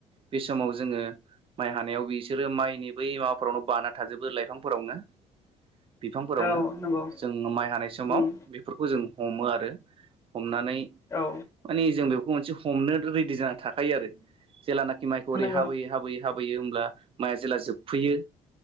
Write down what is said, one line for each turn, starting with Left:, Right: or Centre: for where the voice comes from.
Right: बे समाव जोङो माइ हानायाव बिसोरो माइनि बै माबा फोसावनो बाना थाजोबो लाइफांफोरावनो। बिफांफोरावनो।
Left: औ नंगौ
Right: जों माइ हानाय समाव
Left: उम
Right: बेफोरखौ जों हमो आरो हम नानै
Left: औ
Right: माने जों बेखौ मोनसे हमनो रेडि जाना थाखायो आरो। जेलानाखि माइखौ ओरै
Left: नंगौ
Right: हाबोयै हाबोयै हाबोयो होमब्ला माया जेला जोबफैयो